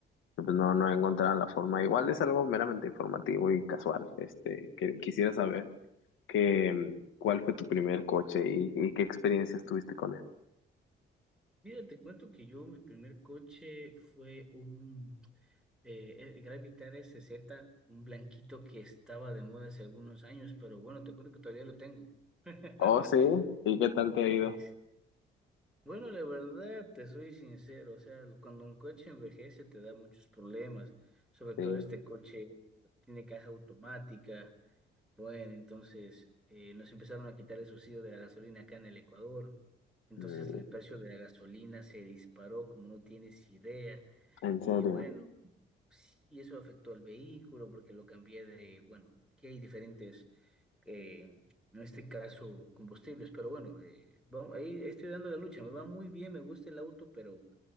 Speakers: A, on the left (about 80°); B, in the centre.
A: que, pues, no, no he encontrado la forma. Igual es algo meramente informativo y casual. Este, que quisiera saber que mm, cuál fue tu primer coche y, y qué experiencias tuviste con él.
B: Mira, te cuento que yo, mi primer coche fue un eh, eh, Gravitar SZ, un blanquito que estaba de moda hace algunos años, pero bueno, te cuento que todavía lo tengo.
A: Oh,
B: <laughs>
A: sí, ¿y qué tal te ha ido?
B: Sí. Bueno, la verdad, te soy sincero, o sea, cuando un coche envejece te da muchos problemas, sobre todo
A: Sí,
B: este coche tiene caja automática, bueno, entonces eh, nos empezaron a quitar el subsidio de la gasolina acá en el Ecuador, entonces
A: mm,
B: el precio de la gasolina se disparó como no tienes idea,
A: en
B: y
A: serio.
B: bueno, Sí, eso afectó al vehículo porque lo cambié de, bueno, que hay diferentes, eh, en este caso, combustibles, pero bueno, eh, vamos, ahí estoy dando la lucha, me va muy bien, me gusta el auto, pero